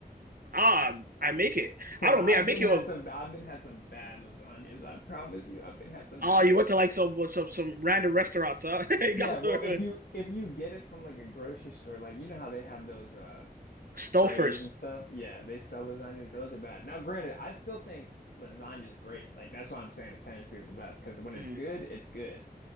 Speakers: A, on the right (about 65°); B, on the left (about 75°).
A: Ah, I make it.
B: Because
A: I don't
B: I've
A: make. I make
B: been
A: it.
B: had
A: With,
B: some, I've been had some bad lasagnas. I promise you, I've been had some
A: oh,
B: bad
A: you
B: lasagnas.
A: went to like some some some random restaurants, huh? <laughs> You
B: Yeah,
A: got
B: well,
A: some uh,
B: if you if you get it from like a grocery store, like you know how they have those uh
A: Stouffer's.
B: trays and stuff. Yeah, they sell lasagnas. Those are bad. Now, granted, I still think lasagna is great. Like that's why I'm saying Italian food is the best because when it's
A: Mm,
B: good, it's good.